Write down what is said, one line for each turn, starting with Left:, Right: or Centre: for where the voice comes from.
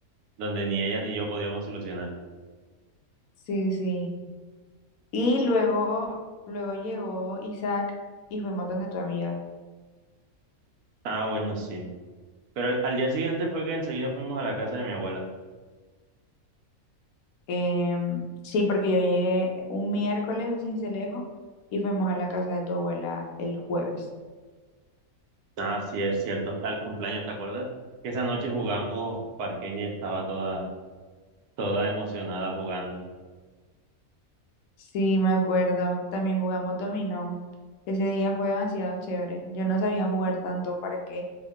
Right: donde ni ella ni yo podíamos solucionar.
Left: Sí, sí. Y luego, luego llegó Isaac y fuimos donde tu amiga.
Right: Ah, bueno, sí. Pero al, al día siguiente fue que enseguida fuimos a la casa de mi abuela.
Left: Em, sí, porque yo llegué un miércoles a Cincelejo y fuimos a la casa de tu abuela el jueves.
Right: Ah, sí, es cierto. Al cumpleaños, ¿te acuerdas? Que esa noche jugamos parqués y ella estaba toda, toda emocionada jugando. <laughs>
Left: Sí, me acuerdo. También jugamos dominó. Ese día fue demasiado chévere. Yo no sabía jugar tanto para qué